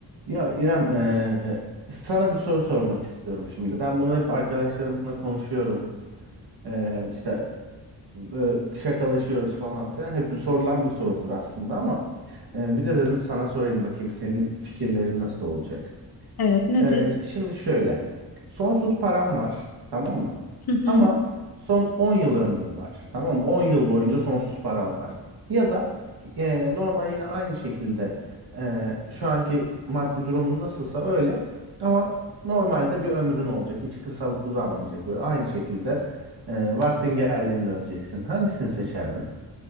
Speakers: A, on the right (about 70°); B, on the left (about 60°).
A: Ya İrem, eee, sana bir soru sormak istiyorum şimdi. Ben bunu hep arkadaşlarımla konuşuyorum. Eee işte e, şakalaşıyoruz falan filan. Hep bir sorulan bir sorudur aslında ama eee, bir de dedim sana sorayım bakayım senin fikirlerin nasıl olacak?
B: Evet, nedir?
A: Ee, şimdi şöyle. Sonsuz param var. Tamam mı?
B: Hı hı.
A: Ama son 10 yıl ömrüm var. Tamam mı? 10 yıl boyunca sonsuz param var. Ya da e, normal yine aynı şekilde e, şu anki maddi durumun nasılsa öyle. Ama normalde bir ömrün olacak. Hiç kısalıp uzanmayacak. Böyle aynı şekilde e, vaktin geldiğinde öleceksin. Hangisini seçerdin?